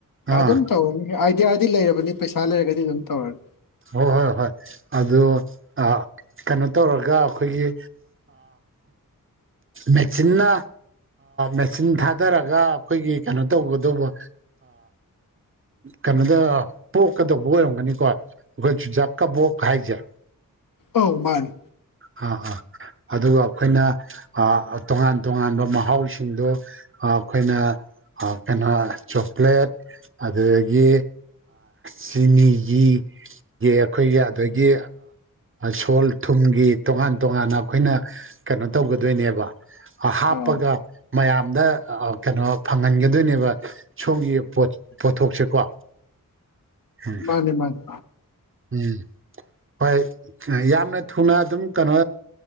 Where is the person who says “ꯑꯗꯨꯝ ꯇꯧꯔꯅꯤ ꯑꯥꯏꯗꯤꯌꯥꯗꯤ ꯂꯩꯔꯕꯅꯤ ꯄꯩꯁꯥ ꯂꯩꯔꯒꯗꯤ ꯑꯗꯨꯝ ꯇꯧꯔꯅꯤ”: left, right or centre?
Left